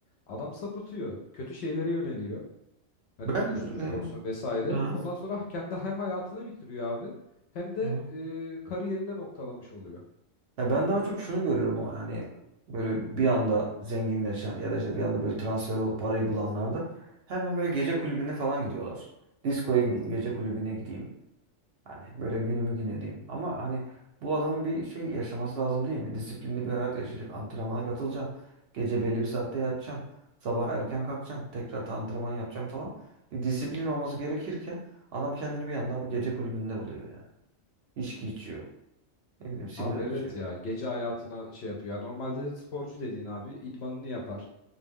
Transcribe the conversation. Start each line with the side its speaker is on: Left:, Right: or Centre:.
Left: adam sapıtıyor. Kötü şeylere yöneliyor. Hani
Right: Ben
Left: uyuşturucu
Right: e,
Left: olsun vesaire.
Right: Hı.
Left: Ondan sonra kendi hem hayatını bitiriyor abi hem de
Right: Hı.
Left: e, kariyerinde noktalamış oluyor.
Right: Ya ben daha çok şunu görüyorum hani böyle bir anda zenginleşen ya da işte bir anda böyle transfer olup parayı bulanlarda hemen böyle gece kulübüne falan gidiyorlar. Diskoya gideyim, gece kulübüne gideyim. Hani böyle günümü gün edeyim. Ama hani bu adamın bir şey yaşaması lazım değil mi? Disiplinli bir hayat yaşayacak. Antrenmana katılacaksın. Gece belli bir saatte yatacaksın. Sabah erken kalkacaksın. Tekrar da antrenman yapacaksın falan. Bir disiplin olması gerekirken adam kendini bir anda bir gece kulübünde buluyor yani. İçki içiyor. Ne bileyim sigara
Left: Abi evet
Right: içiyor.
Left: ya gece hayatına şey yapıyor. Ya normalde sporcu dediğin abi idmanını yapar.